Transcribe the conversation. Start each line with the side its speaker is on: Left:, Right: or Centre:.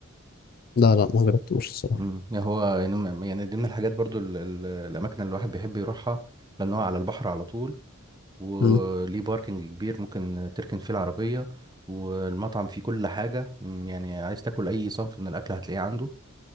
Left: لا لا ما جربتوش الصراحة
Right: مم. يعني هو يعني م- يعني دي من الحاجات برضو ال... ال... الاماكن اللي الواحد بيحب يروحها لان هو على البحر على طول وليه
Left: مم،
Right: باركنج كبير ممكن تركن فيه العربية والمطعم فيه كل حاجة م، يعني عايز تاكل أي صنف من الأكل هتلاقيه عنده